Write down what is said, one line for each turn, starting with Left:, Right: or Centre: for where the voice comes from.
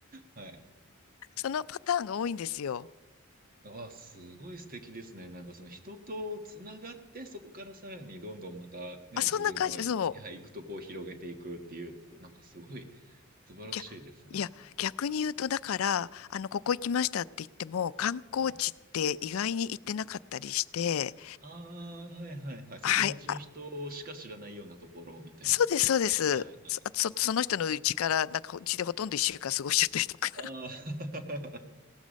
Right: はい。
Left: そのパターンが多いんですよ。
Right: ああ、すごい素敵ですね。なんかその人とつながって、そこからさらにどんどんまたね、
Left: あ、そんな感じ、
Right: 自分のい、
Left: そ
Right: はい、行くとこを広げていくっていうと、なんかすごい素晴らしいですね。
Left: う。ぎゃいや、逆に言うと、だから、あの、ここ行きましたって言っても、観光地って意外に行ってなかったりして、
Right: はい。ああ、はいはいはい。そう、
Left: はい、
Right: 現地の人しか知らないようなところみたいな。
Left: あ、そうです、そうです。
Right: はいはい。
Left: そ、あそその人の家から、なんか、うちでほとんど一週間過ごしちゃったりとか
Right: ああ、<laughs>